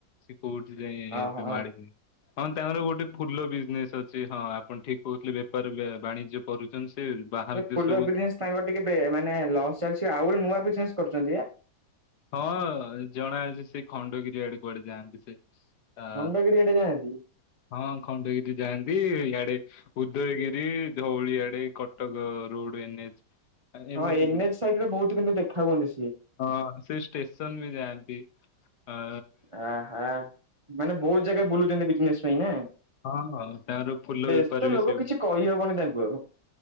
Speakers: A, on the left; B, on the right.
A: କଉଠି ଯାଇଁ ଏବେ
B: ଓହୋ।
A: ମାଡ଼ିକି ହଁ ତାଙ୍କର ଗୋଟେ ଫୁଲ ବିଜନେସ ଅଛି ହଁ ଆପଣ ଠିକ କହୁଥିଲେ ବେପାର ବେ ବାଣିଜ୍ୟ କରୁଚନ୍ତି ସେ ବାହାର
B: ଏ ଫୁଲ
A: ଦେଶକୁ
B: ବିଜନେସ୍ ତାଙ୍କର ଟିକେ ବେ ମାନେ ଲସ୍ ଚାଲିଚି ଆଉ ଗୋଟେ ନୂଆ ବିଜନେସ୍ କରୁଚନ୍ତି ବା?
A: ହଁ ଜଣା ଅଛି ସେ ଖଣ୍ଡଗିରି ଆଡେ କୁଆଡେ ଯାଆନ୍ତି ସେ। ଆ
B: ଖଣ୍ଡଗିରି ଆଡେ ଯାଆନ୍ତି।
A: ହଁ ଖଣ୍ଡଗିରି ଯାଆନ୍ତି ଇଆଡେ ଉଦୟଗିରି ଧଉଳିଆଡେ କଟକ ରୋଡ ଏନ୍ ଏଚ୍ ଏମିତି
B: ହଁ ଏନ୍
A: ବହୁତ।
B: ଏଚ୍ ସାଇଟ୍ ରେ ବହୁତ କିନ୍ତୁ ଦେଖା ହୁଅନ୍ତି ସିଏ।
A: ହଁ ସେ ଷ୍ଟେସନ୍ ବି ଯାଆନ୍ତି ଅଁ
B: ଆ ହା ମାନେ ବହୁତ ଜାଗା ବୁଲୁଚନ୍ତି ବିଜନେଶ୍ ପାଇଁ ନା।
A: ହଁ ହଁ ତାଙ୍କର ଫୁଲ
B: ବ୍ୟସ୍ତ
A: ବେପାର ବି
B: ଲୋକ
A: ସେ
B: କିଛି କହିହବନି ତାଙ୍କୁ ଆଉ।